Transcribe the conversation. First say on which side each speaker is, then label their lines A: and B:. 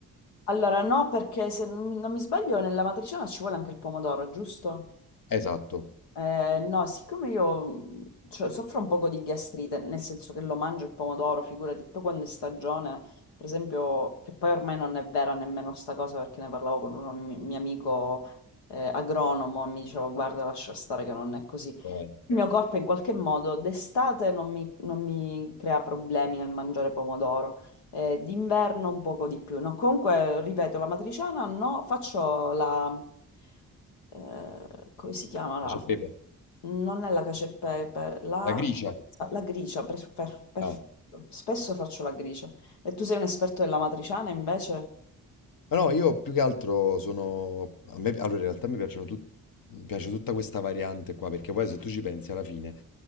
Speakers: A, on the left; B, on the left.
A: Allora, no, perché se non mi non mi sbaglio, nella matriciana ci vuole anche il pomodoro, giusto?
B: Esatto,
A: Eh, no, siccome io mh, cioè, soffro un poco di gastrite, nel senso che lo mangio il pomodoro, figurati, poi quando è stagione, per esempio, che poi ormai non è vera nemmeno sta cosa perché ne parlavo con un mi- mio amico eh, agronomo e mi diceva guarda, lascia stare che non è così.
B: eh,
A: Il mio corpo in qualche modo d'estate non mi, non mi crea problemi nel mangiare pomodoro, eh, d'inverno un poco di più. No, comunque, ripeto, la matriciana no, faccio la... eh, come si chiama l'altra?
B: cacio e pepe.
A: Non è la cacio e pepe, la,
B: La gricia.
A: la gricia, per- per- perfetto.
B: Ah.
A: Spesso faccio la gricia. E tu sei un esperto della matriciana invece?
B: Ma no, io più che altro sono... a me- Allora, in realtà mi piacciono tut- mi piace tutta questa variante qua, perché poi se tu ci pensi alla fine...